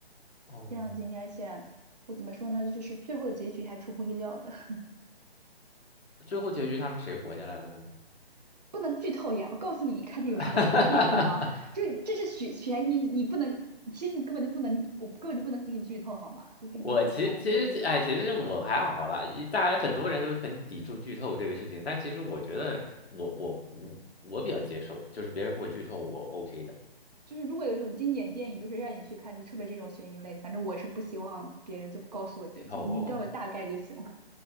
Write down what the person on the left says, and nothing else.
哦。
最后结局他们谁活下来的呢？
<laughs>
我其实其实哎，其实我还好啦，一大家很多人都很抵触剧透这个事情，但其实我觉得我我我我比较接受，就是别人给我剧透我 OK 的，
剧透我